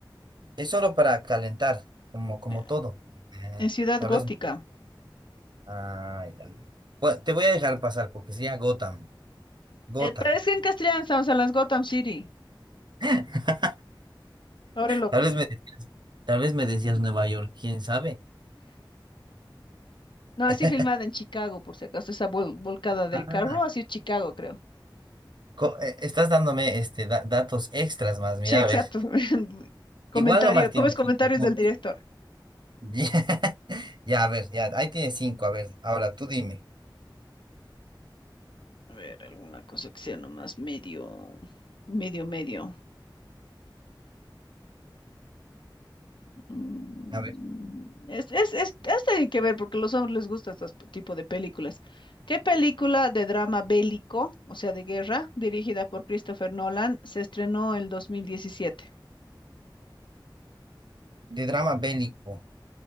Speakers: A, on the right; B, on the left.
A: Es solo para calentar, como, como
B: Eh,
A: todo. Ah,
B: en Ciudad
A: Tal
B: Gótica.
A: vez. ah, ya. Bueno, te voy a dejar pasar porque sería Gotham. Gotham.
B: Eh, pero es que en castellano estamos en las Gotham City.
A: <laughs>
B: Pobre loco.
A: Tal vez me decías, tal vez me decías Nueva York, quién sabe.
B: No, así
A: <laughs>
B: filmada en Chicago, por si acaso, esa vol- volcada del
A: Ah,
B: carro, así es Chicago, creo.
A: co- eh, estás dándome este da- datos extras más, mira,
B: Sí, exacto.
A: a ver.
B: <laughs> Comentario,
A: Igual nomás tiene
B: ¿cómo es comentarios
A: cinco puntos.
B: del director?
A: <laughs> Ya, a ver, ya, ahí tiene cinco. A ver, ahora tú dime.
B: A ver, alguna cosa que sea nomás medio, medio, medio. Mm,
A: A ver,
B: Es, es, es, es tiene que ver porque a los hombres les gusta este tipo de películas. ¿Qué película de drama bélico, o sea, de guerra, dirigida por Christopher Nolan, se estrenó el dos mil diecisiete
A: de drama bélico.